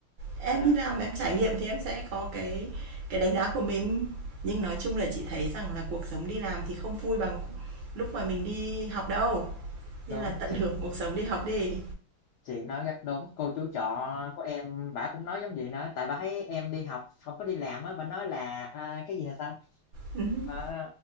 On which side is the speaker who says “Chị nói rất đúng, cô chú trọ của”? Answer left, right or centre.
Left